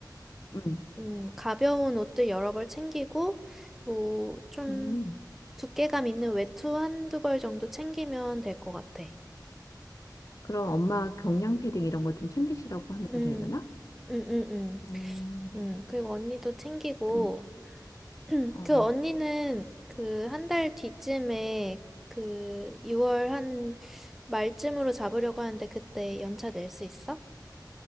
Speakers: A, on the left; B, in the centre.
A: 음,
B: 음, 가벼운 옷들 여러 벌 챙기고, 뭐, 좀
A: 음.
B: 두께감 있는 외투 한두 벌 정도 챙기면 될 것 같아.
A: 그럼 엄마 경량 패딩 이런 거 좀 챙기시라고 하면
B: 음,
A: 되려나?
B: 음, 음, 음.
A: 음,
B: 음, 그리고 언니도 챙기고,
A: 경-
B: <clears throat>
A: 어.
B: 그 언니는 그 한달 뒤쯤에 그 2월 한 말쯤으로 잡으려고 하는데 그때 연차 낼 수 있어?